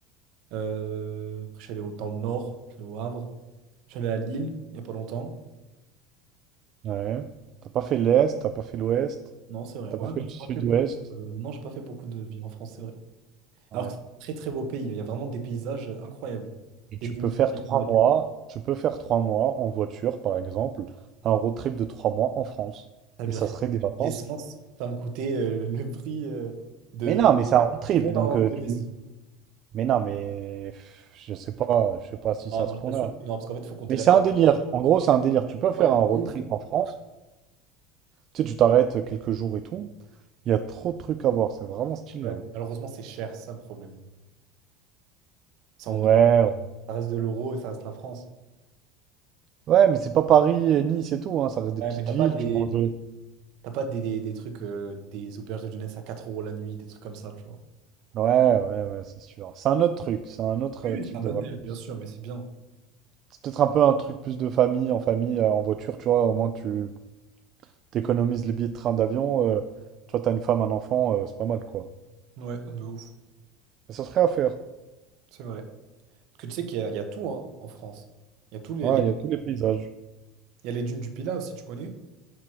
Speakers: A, on the right; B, on the right.
A: Euh, après, je suis allé au- dans le nord, je suis allé au Havre. Je suis allé à Lille, il n'y a pas longtemps.
B: Ouais. T'as pas fait l'Est, t'as pas fait l'Ouest,
A: Non, c'est vrai.
B: t'as
A: Ouais,
B: pas fait
A: non,
B: le
A: j'ai
B: Sud-Ouest.
A: pas fait beaucoup. euh, non, j'ai pas fait beaucoup de villes en France, c'est vrai.
B: Ouais.
A: Alors que c'est un très très beau pays, il y a vraiment des paysages euh, incroyables.
B: Et tu
A: Des dunes
B: peux faire
A: du
B: trois
A: Piémont,
B: mois, tu peux faire trois mois en voiture, par exemple, un road trip de trois mois en France.
A: ça a
B: Et ça serait des vacances.
A: l'essence, ça me coûtait euh, le prix euh, de
B: Mais non, mais c'est un road trip,
A: semaine
B: donc
A: en
B: euh,
A: Indonésie.
B: tu Mais non, mais pff, je sais pas, je sais pas si
A: Non,
B: ça
A: non,
B: se
A: je
B: ce
A: t'assure
B: là
A: que non, parce qu'en fait, il faut compter
B: Mais
A: la
B: c'est
A: nourriture.
B: un délire. En gros, c'est un délire. Tu peux faire
A: Ouais,
B: un road
A: de
B: trip
A: ouf.
B: en France. Tu sais, tu t'arrêtes quelques jours et tout. Il y a trop de trucs à voir. C'est vraiment stylé.
A: Ouais,
B: hein.
A: malheureusement, c'est cher, c'est ça le problème. Ça,
B: Ouais.
A: en euro, ça reste de l'euro et ça reste la France.
B: Ouais, mais c'est pas Paris et Nice et tout. hein. Ça reste des
A: Ouais,
B: petites
A: mais t'as
B: villes.
A: pas des,
B: Tu manges. de-
A: t'as pas des, des, des trucs, euh, des auberges de jeunesse à 4 euros la nuit, des trucs comme ça, tu vois.
B: Ouais, ouais, ouais, c'est sûr. C'est un autre truc. C'est un autre
A: Oui,
B: euh,
A: oui,
B: type
A: C'est un
B: de
A: autre
B: vacances.
A: délire, bien sûr, mais c'est bien.
B: C'est peut-être un peu un truc plus de famille, en famille, euh, en voiture. Tu vois, au moins tu t'économises les billets de train, d'avion. euh, tu vois, t'as une femme, un enfant. euh, c'est pas mal, quoi.
A: Ouais, de ouf.
B: Mais ça serait à faire.
A: C'est vrai. Parce que tu sais qu'il y a, il y a tout hein, en France. Il y a tous les,
B: Ouais,
A: les-
B: il y a tous les paysages.
A: il y a les dunes du Pilat, si tu connais.